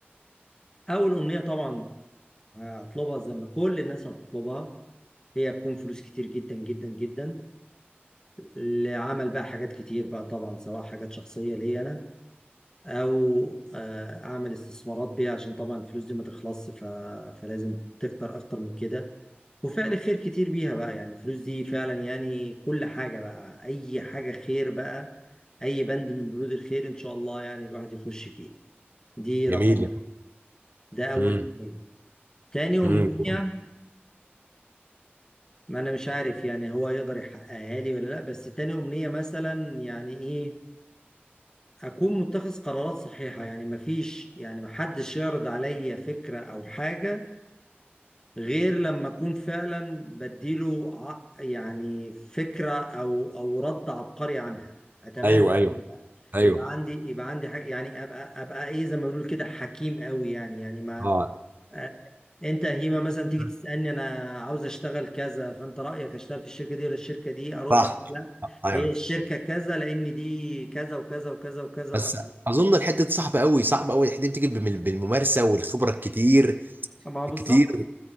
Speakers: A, on the left (about 15°); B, on the right (about 55°).
A: أول أمنية طبعا هطلبها زي ما كل الناس هتطلبها هي تكون فلوس كتير جدا جدا جدا لعمل بقى حاجات كتير بقى طبعا سواء حاجات شخصية ليا أنا أو آه، أعمل استثمارات بيها عشان طبعا الفلوس دي ما تخلصش ف... فلازم تكتر أكتر من كده وفعل خير كتير بيها بقى يعني الفلوس دي فعلا يعني كل حاجة بقى أي حاجة خير بقى أي بند من بنود الخير إن شاء الله يعني الواحد يخش فيه دي
B: جميل
A: رقم ده أول
B: امم
A: أمنية تاني أمنية
B: امم
A: ما أنا مش عارف يعني هو يقدر يحققها لي ولا لأ بس تاني أمنية مثلا يعني إيه أكون متخذ قرارات صحيحة يعني مفيش يعني محدش يعرض عليا فكرة أو حاجة غير لما اكون فعلا بديله ع- يعني فكره او او رد عبقري عنها اتمنى
B: ايوه
A: يعني
B: ايوه
A: يبقى
B: ايوه
A: يبقى عندي يبقى عندي حاجة يعني ابقى ابقى ايه زي ما بيقولوا كده حكيم قوي يعني يعني ما
B: اه
A: آه، انت يا هيما مثلا تيجي
B: <laughs>
A: تسالني انا عاوز اشتغل كذا فانت رايك اشتغل في الشركه دي ولا الشركه دي ارد
B: صح
A: عليك لا
B: ايوه
A: هي الشركه كذا لان دي كذا وكذا وكذا وكذا
B: بس
A: وكذا.
B: اظن الحته دي صعبه قوي صعبه قوي الحته دي بتيجي بالم- بالممارسه والخبره الكتير
A: ما هو بالظبط
B: الكتير